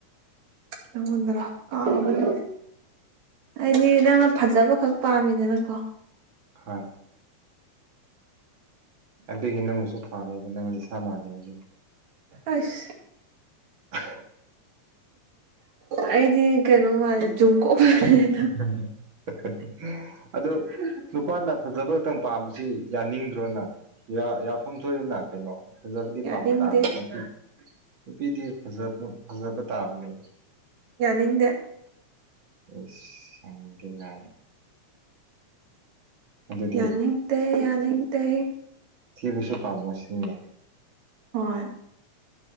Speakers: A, on the right; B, on the right.
A: ꯅꯪꯉꫭꯟꯗꯔꫭ ꯀꯥꯎꯔꯦꯅꯦ ꯍꯥꯏꯗꯤ ꯅꯪꯅ ꯐꯖꯕ ꯈꯛ ꯄꯥꯝꯃꯤꯗꯅꯀꯣ
B: ꯍꯥꯏ ꯑꯗꯨꯏ ꯅꯪꯁꯨ ꯄꯥꯝꯃꯦꯕ ꯅꯪꯗꯤ ꯁꯥꯥ ꯃꯥꯜꯂꯦ ꯑꯗꯨꯒꯤ
A: ꯑꯁ
B: ꯍ
A: ꯑꯩꯗꯤ ꯀꯩꯅꯣ ꯃꯥꯜꯂꯦ ꯖꯨꯡꯀꯣꯛ ꯃꯥꯜꯂꯦꯗ
B: ꯎꯝ ꯍꯥ ꯍꯥ ꯍꯥ ꯍꯥ ꯑꯗꯣ ꯅꯨꯄꯥꯅ ꯐꯖꯕ ꯇꯝ ꯄꯥꯝꯃꯤꯁꯤ ꯌꯥꯅꯤꯡꯗ꯭ꯔꯣꯅꯪ ꯌꯥ ꯌꯥꯐꯝ ꯊꯣꯛꯏꯅ ꯀꯩꯅꯣ ꯐꯖꯕꯗꯤ
A: ꯌꯥꯅꯤꯡꯗꯦ
B: ꯄꯥꯝꯕ ꯇꯥꯕꯅꯤ ꯅꯨꯄꯤ ꯅꯨꯄꯤꯗꯤ ꯐꯖ ꯐꯖꯕ ꯇꯥꯕꯅꯤ
A: ꯅꯤꯡꯗꯦ
B: ꯑꯁ ꯈꯪꯗꯦ ꯀꯥꯏꯅ ꯑꯗꯨꯗꯤ
A: ꯌꯥꯅꯤꯡꯗꯦ ꯌꯥꯅꯤꯡꯗꯦ
B: ꯁꯤꯕꯁꯨ ꯄꯥꯝꯃꯣ ꯁꯤꯅꯤꯅꯦ
A: ꯍꯣꯏ